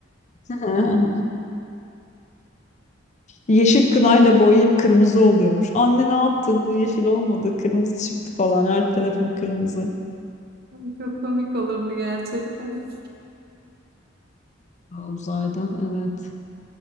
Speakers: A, on the left; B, on the right.
A: <laughs> yeşil kınayla boyayıp kırmızı oluyormuş. Anne ne yaptın? Bu yeşil olmadı. Kırmızı çıktı falan. Her tarafım kırmızı.
B: <laughs> Çok komik olurdu gerçekten.
A: Aa, Uzayda evet.